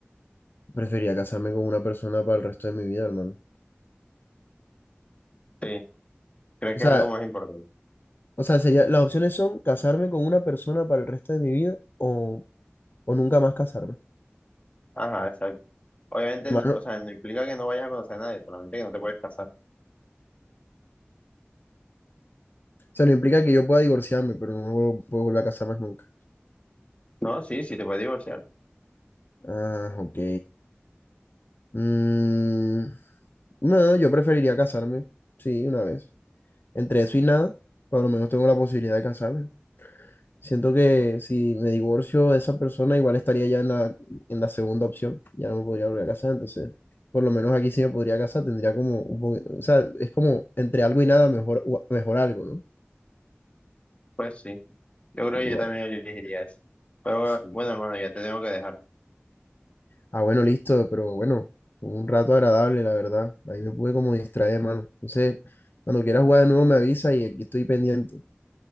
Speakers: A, on the left (about 50°); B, on the left (about 30°).
A: preferiría casarme con una persona para el resto de mi vida, hermano.
B: Sí, ¿crees
A: O
B: que
A: sea,
B: es algo más importante?
A: o sea, sería, las opciones son casarme con una persona para el resto de mi vida o, o nunca más casarme.
B: Ajá, exacto. Obviamente,
A: Hermano,
B: no- o sea, no implica que no vayas a conocer a nadie, solamente que no te puedes casar.
A: O sea, no implica que yo pueda divorciarme, pero no puedo volver a casar más nunca.
B: No, sí, sí, te puedes divorciar.
A: Ah, ok. Mm, no, yo preferiría casarme, sí, una vez. Entre eso y nada, por lo menos tengo la posibilidad de casarme. Siento que si me divorcio de esa persona, igual estaría ya en la, en la segunda opción. Ya no me podría volver a casar, entonces, por lo menos aquí sí me podría casar. Tendría como un poco, o sea, es como entre algo y nada, mejor, mejor algo, ¿no?
B: Pues sí, yo creo
A: Igual.
B: que yo también elegiría eso. Pero
A: sí.
B: bueno, hermano, ya te tengo que dejar.
A: Ah, bueno, listo, pero bueno, fue un rato agradable, la verdad. Ahí me pude como distraer, mano. Entonces, cuando quieras jugar de nuevo me avisa y aquí estoy pendiente.